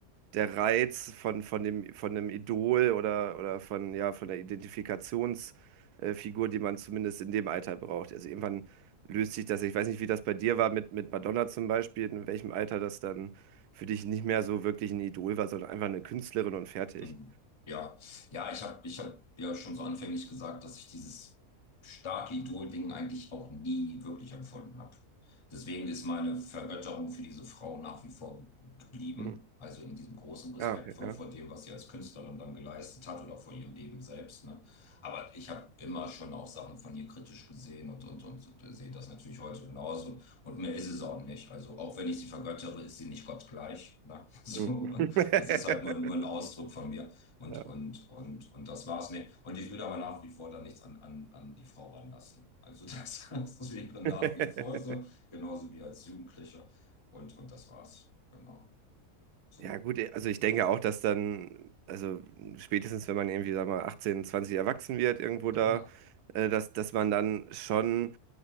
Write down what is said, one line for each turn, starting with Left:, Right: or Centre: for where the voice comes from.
Right: der Reiz von, von dem, von einem Idol oder, oder von, ja, von der Identifikationsfigur, die man zumindest in dem Alter braucht. Also irgendwann löst sich das. Ich weiß nicht, wie das bei dir war mit, mit Madonna zum Beispiel, in welchem Alter das dann für dich nicht mehr so wirklich ein Idol war, sondern einfach eine Künstlerin und fertig.
Left: Mhm. Ja, ja, ich habe ich hab ja schon so anfänglich gesagt, dass ich dieses starke Idol-Ding eigentlich auch nie wirklich empfunden habe. Deswegen ist meine Vergötterung für diese Frau nach wie vor geblieben.
Right: Hm.
Left: Also in diesem großen Respekt
Right: Ah, okay,
Left: vor,
Right: ja.
Left: vor dem, was sie als Künstlerin dann geleistet hat oder vor ihrem Leben selbst. Ne? Aber ich habe immer schon auch Sachen von ihr kritisch gesehen und, und, und, sehe das natürlich heute genauso. Und mehr ist es auch nicht. Also auch wenn ich sie vergöttere, ist sie nicht gottgleich. Ne? <laughs> So,
Right: Hm. <laughs>
Left: das ist halt nur, nur ein Ausdruck von mir. Und,
Right: Ja.
Left: und, und, und das war's. Nee. Und ich will aber nach wie vor da nichts an, an, an die Frau ranlassen. Also das, <laughs> das wäre nach
Right: <laughs>
Left: wie vor so, genauso wie als Jugendlicher. Und, und das war's. Genau. So.
Right: Ja, gut, äh, also ich denke auch, dass dann, also spätestens wenn man irgendwie, sag mal, 18, 20 erwachsen wird, irgendwo da,
Left: Ja,
Right: äh, dass, dass man dann schon